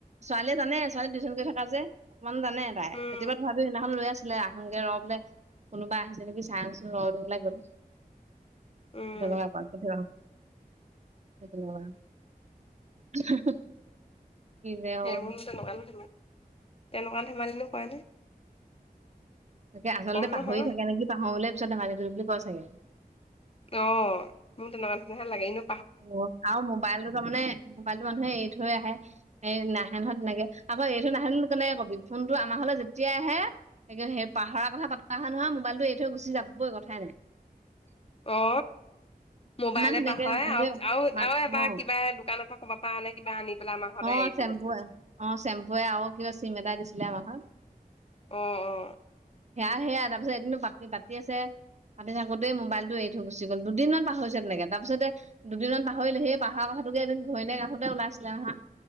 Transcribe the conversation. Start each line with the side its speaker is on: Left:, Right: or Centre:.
Right: ছোৱালীয়ে জানে ছোৱালী টিউশন থকা যে অকমান জানে তাই
Left: উম।
Right: কেতিয়াবা ধৰা সদিনাখন লৈ আছিলে আহ। সগে ৰ বোলে কোনোবা আহিছে নেকি চাওঁচোন ৰ দিবলে গ'ল।
Left: উম,
Right: <unintelligible> কি যে
Left: সেইবোৰনো
Right: অ
Left: তেনেকুৱানো ধেমাল তেনেকুৱা ধেমালিনো কয় নে।
Right: তাকে আচলতে
Left: কম
Right: পাহৰি
Left: নহয়
Right: থাকে নেকি পাহৰিবলে পিত ধেমালি কৰি বুলি কয় চাগে।
Left: অ মোৰ তেনেকুৱা নিচিনা লাগে এনো।
Right: অ আৰু মোবাইলটো তাৰমানে মোবাইলটো মানুহে এৰি থৈ আহে। এই নাহে নহয় তেনেকে আকৌ এইটো নাহিলণে কবি ফোনটো আমাৰ ঘৰলে যেতিয়াই আহে। ত সেই পাহৰাৰ কথা পাতা হয় নহয় মোবাইলটো এৰি থৈ গুচি যাবই কথাই নাই।
Left: <inaudible> অ মোবাইলে
Right: ইমান ধুনীয়াকে
Left: পাহৰি
Right: আজি
Left: আৰু আৰু
Right: মা-
Left: আৰু এবাৰ
Right: অ
Left: কিবা দোকানৰ পৰা, কৰব পৰা আনে কিবা আনি পেলাই আম ঘৰতে
Right: অ
Left: এৰি থৈ
Right: চেম্পু
Left: গৈছে।
Right: অ চেম্পুে আৰু কিবা চিম এটা দিছিলে আমাৰ ঘৰত।
Left: অ অ।
Right: সেয়া সেয়া তাৰপিছতদিনো পাতি পাতি আছে। পাতি থাকোতে মোবাইলটো এৰি গুচি গ'ল দুদিনমান পাহৰি হৈছে তেনেকে তাৰপিছতে। দুদিনমান পাহৰিলে সেই পাহাৰ কথাটোকে এদিন ঘৈণীয়েক আহোতে ওলাইছিলে নহয়।